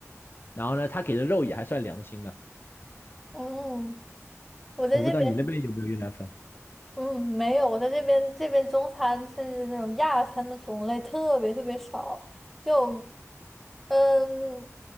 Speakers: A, on the left; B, in the centre.
A: 然后呢，他给的肉也还算良心的。
B: 嗯，我在这边，
A: 我不知道你那边有没有越南粉？
B: 嗯，没有，我在这边这边中餐甚至那种亚餐的种类特别特别少，就，嗯，